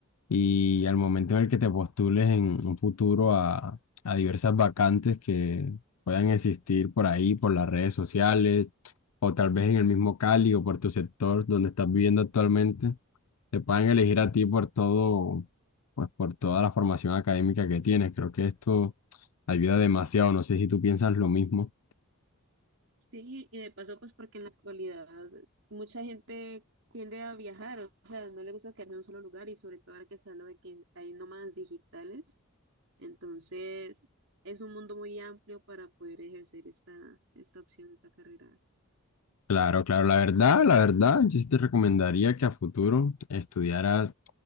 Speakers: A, on the left; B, on the right.
A: y al momento en el que te postules en un futuro a, a diversas vacantes que puedan existir por ahí, por las redes sociales, o tal vez en el mismo Cali o por tu sector donde estás viviendo actualmente, te puedan elegir a ti por todo, pues por toda la formación académica que tienes. Creo que esto ayuda demasiado. No sé si tú piensas lo mismo.
B: Sí, y de paso, pues porque en la actualidad mucha gente tiende a viajar, o sea, no le gusta quedarse en un solo lugar y sobre todo ahora que se habla de que hay nómadas digitales, entonces es un mundo muy amplio para poder ejercer esta, esta opción, esta carrera.
A: Claro, claro, la verdad, la verdad, yo sí te recomendaría que a futuro estudiaras